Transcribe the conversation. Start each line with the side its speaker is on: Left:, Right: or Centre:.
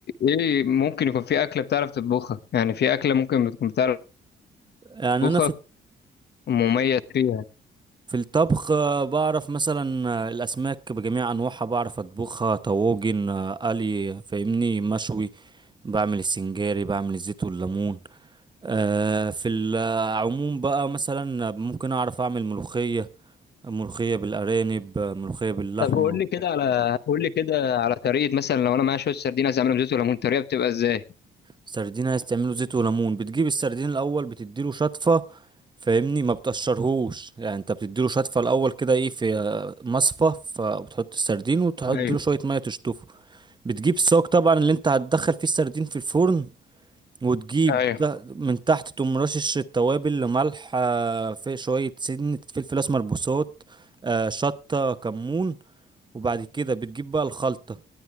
Left: إيه ممكن يكون في أكلة بتعرف تطبخها؟ يعني في أكلة ممكن بتكون بتعرف
Right: يعني
Left: تطبخها
Right: انا في
Left: ومميز فيها
Right: في الطبخ آه، بعرف مثلا آه، الاسماك بجميع انواعها بعرف اطبخها طواجن آه، قلي فاهمني مشوي بعمل السنجاري بعمل الزيت والليمون آه، في العموم بقى مثلا ممكن اعرف اعمل ملوخية ملوخية بالارانب آه، ملوخية باللحمة
Left: طب قول لي كده على قول لي كده على طريقه مثلا لو انا معايا شويه سردين عايز اعملهم زيت وليمون الطريقه بتبقى ازاي
Right: سردين عايز تعمله زيت وليمون بتجيب السردين الاول بتديله شطفة فاهمني ما بتقشرهوش يعني انت بتديله شطفة الاول كده ايه في آه، مصفى فبتحط السردين وتحط
Left: ايوه
Right: له شوية مية تشطفه بتجيب الصاج طبعا اللي انت هتدخل فيه السردين في الفرن وتجيب
Left: ايوه
Right: تا- من تحت تقوم رشش التوابل لملح آه، في شوية سنة فلفل أسمر بوصات آه، شطة كمون وبعد كده بتجيب بقى الخلطة